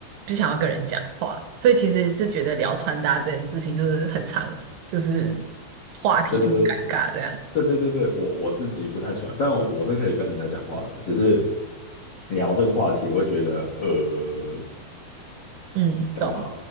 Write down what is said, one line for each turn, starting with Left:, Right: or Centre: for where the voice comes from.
Right: 不想要跟人讲话，所以其实是觉得聊穿搭这件事情就是很常，就是话题就很尴尬这样。
Left: 对对对。对对对对，我我自己不太喜欢，但我是可以跟人家讲话的，只是聊这个话题，我会觉得呃，
Right: 嗯，
Left: 干嘛？
Right: 懂。